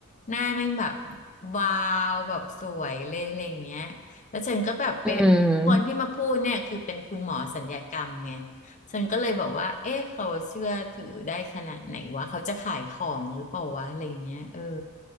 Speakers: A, on the left; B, in the centre.
A: หน้าแม่งแบบวาวแบบสวยเลยอะไรเงี้ยแล้วฉันก็แบบไป
B: อืม
A: คนที่มาพูดเนี่ยคือเป็นคุณหมอศัลยกรรมไงฉันก็เลยบอกว่าเอ๊ะเขาเชื่อถือได้ขนาดไหนวะเขาจะขายของหรือเปล่าวะอะไรเงี้ยเออ